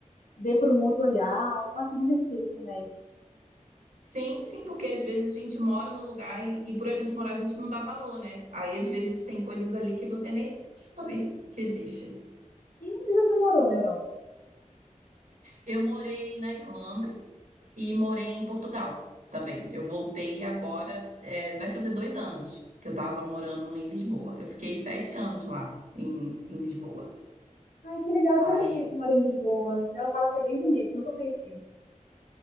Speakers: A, on the left; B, on the right.
A: ver por um outro olhar. Eu acho divertido também.
B: Sim, sim, porque às vezes a gente mora no lugar e, e por a gente morar a gente não dá valor, né? Aí às vezes tem coisas ali que você nem sabe que existe.
A: E onde você morou na Europa?
B: Eu morei na Irlanda e morei em Portugal também. Eu voltei agora, é, vai fazer dois anos que eu estava morando em Lisboa. Eu fiquei sete anos lá em, em Lisboa.
A: Ai, que legal. Eu
B: Aí
A: tenho uma tia que mora em Lisboa. Ela fala que é bem bonito, eu nunca conheci.